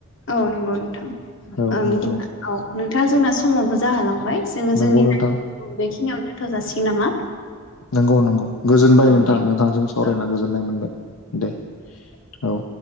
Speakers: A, on the left (about 60°); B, on the left (about 75°).
A: औ नंगौ नोंथां,
B: औ
A: ओ
B: नंगौ
A: बिदिब्ला औ नोंथाङा जोंना समावबो जाहोलांबाय जोङो
B: नंगौ
A: जोंनि
B: नोंथां
A: रायलायनायखौ बेखिनियावनो‌ दोन्थ'जासिगोन नामा?
B: नोंगौ नोंगौ गोजोनबाय
A: औ
B: नोंथां,
A: दे
B: नोंथांजों सावरायना
A: औ
B: गोजोननाय मोनबाय दे। औ